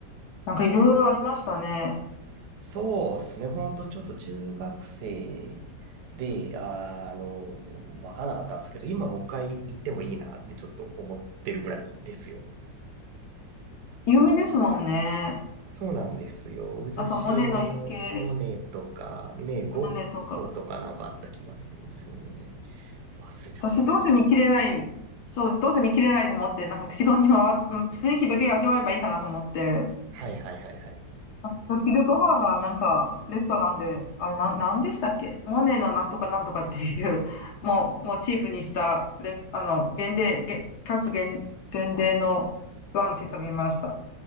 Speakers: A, on the left; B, on the right.
A: なんかいろいろありましたね。
B: そうですね。ほんとちょっと中学生で、あー、あのわからなかったんですけど、今もう一回行ってもいいなってちょっと思ってるぐらいですよ。
A: 有名ですもんね。
B: そうなんですよ。渦潮も、
A: あと、モネの池、
B: モネとか、ね、ゴッホとかなんかあった気がするんですよね。
A: モネとか。
B: 忘れちゃったんですけど。
A: 私、どうせ見切れない、そうどうせ見切れないと思って、なんか適当に回っ、うん雰囲気だけ味わえばいいかなと思って、
B: はいはいはいはい。
A: あと、昼ご飯はなんか、レストランで、あれ、なん、なんでしたっけモネのなんとかなんとかっていう、<laughs> もう、モチーフにした、レス、あの、限定、げ、かつ限、限定のランチ食べました。